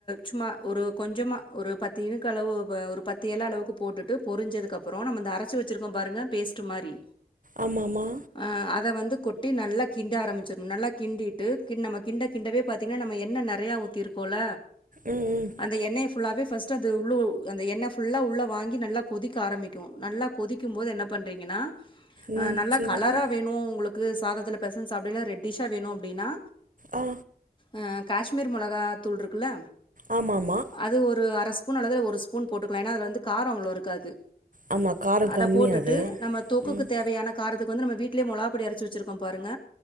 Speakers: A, on the left; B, on the right.
A: சும்மா ஒரு கொஞ்சமா ஒரு பத்து இனுக்கு அளவு ப ஒரு பத் து எல அளவுக்கு போட்டுட்டு பொரிஞ்சதுக்கு அப்புறோ நம்ம இந்த அரைச்சு வச்சிருக்கோம் பாருங்க பேஸ்ட்டு மாறி
B: ஆமாமா
A: அ அத வந்து கொட்டி நல்லா கிண்ட ஆரம்பி ச்சர்னு நல்லா கிண்டிட்டு கின் நம்ம கிண்ட கிண்டவே பாத்தீங்கன்னா நம்ம எண்ண நறையா ஊத்தியிருக்கோல
B: ம் ம்
A: அந்த எண்ணெய ஃபுல்லாவே ஃபஸ்ட்டு அந்த உள்ளு அந்த எண்ண ஃபுல்லா உள்ள வாங்கி நல்லா கொதிக்க ஆரம்பிக்கு நல்லா கொதிக்கும் போது என்ன பண்றீங்கன்னா
B: ம்
A: அ நல்லா
B: சரி
A: கலரா
B: சரி
A: வேணு உங்களுக்கு சாதத்துல பெசஞ்சு சாப்படைய்ல்ல ரெட்டிஷ்ஷா வேணு அப்டினா
B: ஆ
A: அ கேஷ்மீர் மொளகா தூள்ருக்குல்ல
B: ஆமாமா
A: அது ஒரு அர ஸ்பூன் அல்லது ஒரு ஸ்பூன் போட்டுக்கலா ஏனா அதுல வந்து காரோ அவ்வளோ இருக்காது
B: ஆமா காரம்
A: அத
B: கம்மி
A: போட்டுட்டு
B: அது
A: நம்ம தொக்குக்கு
B: ம்
A: தேவையான காரத்துக்கு வந்து நம்ம வீட்லயே மொளாகாப் பொடி அரைச்ச வச்சிருக்கோம் பாருங்க